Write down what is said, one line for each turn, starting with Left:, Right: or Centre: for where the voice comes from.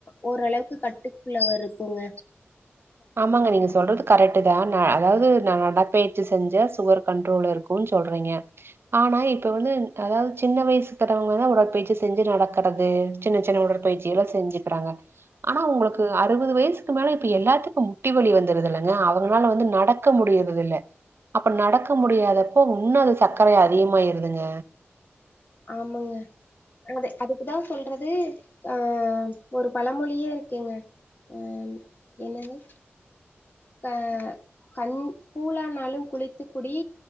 Left: ஓரளவுக்கு கட்டுக்குள்ள வருகுங்க
Right: ஆமாங்க நீங்க சொல்றது கரெட்டு தா அதாவ்து நா நடப்பயிற்சி செஞ்செ சுகர் கண்ட்ரோல்ல இருக்குன் சொல்றீங்க ஆனா இப்ப வந்து அதாவ்து சின்ன வயசுக்கறவங்கதா உடற்பயிற்சி செஞ்சு நடக்கறது சின்ன சின்ன உடற்பயிற்சி சியலா செஞ்சுக்குறாங்க ஆனா உங்களுக்கு அறுவது வயசுக்கு மேல இப்ப எல்லாத்து க்கு முட்டி வலி வந்துருதுல்லங்க அவுங்களால வந்து நடக்க முடிய்றது இல்ல அப்ப நடக்க முடியாதப்போ இன்னொ அது சக்கரை அதிகமாயிருதுங்க
Left: ஆமாங்க அது அதுக்குதா சொல்றது ஆ ஒரு பழமொழியே இருக்கெங்க அ என்னனு அ கண் கூழானாலு குளித்து குடி